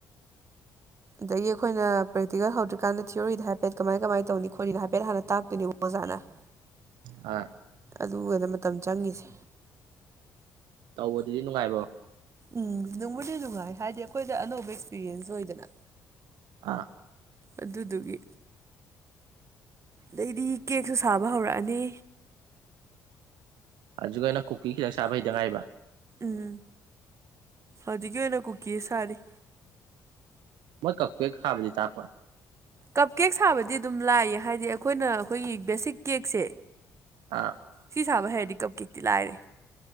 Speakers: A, on the right; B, on the right.
A: ꯑꯗꯥꯒꯤ ꯑꯩꯈꯣꯏꯅ ꯄ꯭ꯔꯦꯛꯇꯤꯀꯦꯜ ꯍꯧꯗ꯭ꯔꯤꯀꯥꯟꯗ ꯊꯤꯌꯣꯔꯤꯗꯣ ꯍꯥꯏꯐꯦꯠ ꯀꯃꯥꯏ ꯀꯃꯥꯏ ꯇꯧꯅꯤ ꯈꯣꯠꯅꯤꯗꯣ ꯍꯥꯏꯐꯦꯠ ꯍꯥꯟꯅ ꯇꯥꯛꯇꯣꯏꯅꯦꯕ ꯑꯣꯖꯥꯅ <inaudible>
B: ꯑꯥ
A: ꯑꯗꯨꯒꯗ ꯃꯇꯝ ꯆꯪꯉꯤꯁꯦ
B: ꯇꯧꯕꯗꯨꯗꯤ ꯅꯨꯡꯉꯥꯏꯕ꯭ꯔꯣ
A: ꯎꯝ ꯅꯨꯡꯕꯨꯗꯤ ꯅꯨꯡꯉꯥꯏ ꯍꯥꯏꯗꯤ ꯑꯩꯈꯣꯏꯗ ꯑꯅꯧꯕ ꯑꯦꯛꯁꯄꯤꯔꯤꯌꯦꯟꯁ ꯑꯣꯏꯗꯅ
B: ꯑꯥ
A: ꯑꯗꯨꯗꯨꯒꯤ ꯑꯗꯩꯗꯤ ꯀꯦꯛꯁꯨ ꯁꯥꯕ ꯍꯧꯔꯛꯑꯅꯤ
B: ꯑꯟꯖꯨꯒ ꯅꯪ ꯀꯨꯀꯤ ꯈꯤꯇꯪ ꯁꯥꯕ ꯍꯩꯇꯥ ꯉꯥꯏꯕ
A: ꯎꯝ ꯍꯧꯖꯤꯛꯀꯤ ꯑꯣꯏꯅ ꯀꯨꯀꯤꯁ ꯁꯥꯔꯤ
B: ꯃꯣꯏ ꯀꯞ ꯀꯦꯛ ꯁꯥꯕꯗꯤ ꯇꯥꯛꯄ꯭ꯔꯥ
A: ꯀꯞ ꯀꯦꯛ ꯁꯥꯕꯗꯤ ꯑꯗꯨꯝ ꯂꯥꯏꯌꯦ ꯍꯥꯏꯗꯤ ꯑꯩꯈꯣꯏꯅ ꯑꯩꯈꯣꯏꯒꯤ ꯕꯦꯁꯤꯛ ꯀꯦꯛꯁꯦ
B: ꯑꯥ
A: ꯁꯤ ꯁꯥꯕ ꯍꯩꯔꯗꯤ ꯀꯞ ꯀꯦꯛꯇꯤ ꯂꯥꯏꯔꯦ